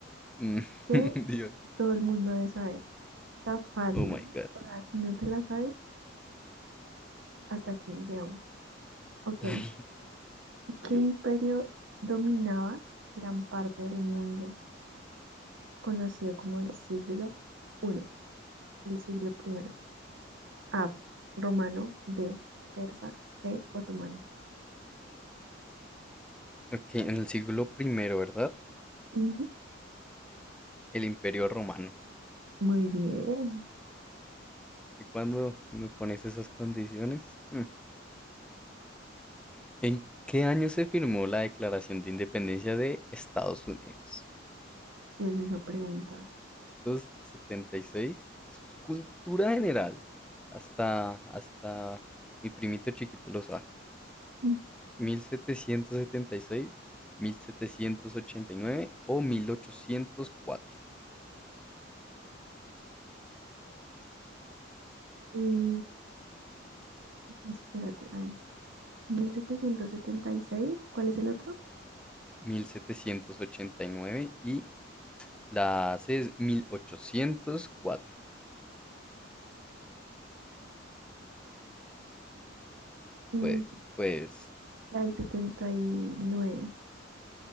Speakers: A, in the centre; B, on the right.
A: Mm,
B: que
A: <laughs> Dios.
B: todo el mundo debe saber. Está fácil.
A: Oh my God.
B: O sea, si no te la sabes, hasta aquí llegamos. Ok,
A: <laughs> Ay, Dios.
B: ¿qué imperio dominaba gran parte del mundo conocido como el siglo I, el siglo primero? A, romano, B, persa, C, otomano.
A: Ok, en el siglo primero, ¿verdad?
B: Ujú.
A: El Imperio Romano.
B: Muy bien.
A: Que cuando me pones esas condiciones? Mm. ¿En qué año se firmó la Declaración de Independencia de Estados Unidos?
B: <laughs> ¿Qué es esa pregunta?
A: 1776. Eso es cultura general. Hasta, hasta mi primito chiquito lo sabe.
B: <laughs>
A: mil mil setecientos setecientos setenta y seis mil setecientos ochenta y nueve o mil mil ochocientos cuatro
B: Mm. Y espérate, a ver. mil setecientos setenta y seis ¿cuál es el otro?
A: mil setecientos ochenta y nueve y la C es mil ochocientos cuatro
B: Mm,
A: Pues, pues,
B: La del setenta y nueve